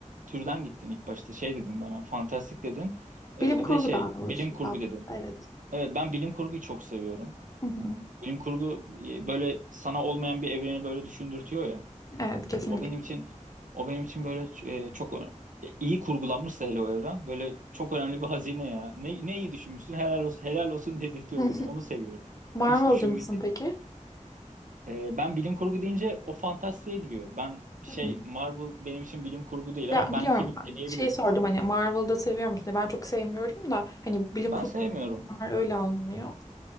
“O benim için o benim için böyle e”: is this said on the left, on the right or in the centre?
Right